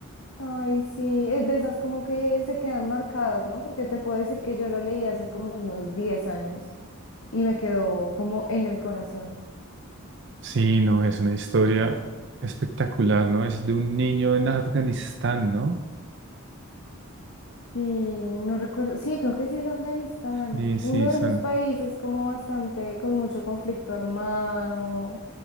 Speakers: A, on the left; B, on the right.
A: Ay, sí, es de esas como que se quedan marcadas, ¿no? Porque te puedo decir que yo lo leí hace como unos 10 años y me quedó como en el corazón.
B: Sí, no, es una historia espectacular, ¿no? Es de un niño en Afganistán, ¿no?
A: Sí, no recuerdo. Sí, creo que sí es Afganistán.
B: Sí, sí,
A: Uno de
B: son,
A: esos países como bastante, con mucho conflicto armado